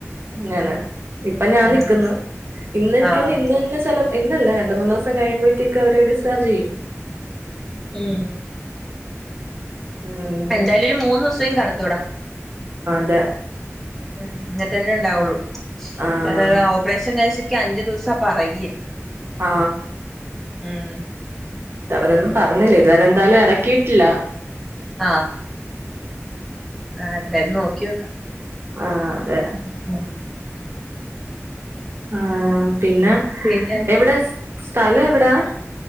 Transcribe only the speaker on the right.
ഞാനാ ഇപ്പ ഞാൻ
നിക്കുന്നു ഇന്ന് എനിക്ക്
തോന്നുന്നു ഇന്ന് തന്നെ ചെല ഇന്നല്ല രണ്ട് മൂന്ന് ദിവ <unintelligible> കഴിയുമ്പോഴത്തേക്ക് അവരെ ഡിസ് ചാർജ് ചെയ്യും-
ഉം
ദ
ആഹ്
ആ
ഇതവരൊന്നും പറഞ്ഞില്ല ഇതുവരെന്തായാലും ഇറക്കിയിട്ടില്ല
ആ അതെ
ആ പിന്നെ
എവിടെ സ്ഥലം എവിടാ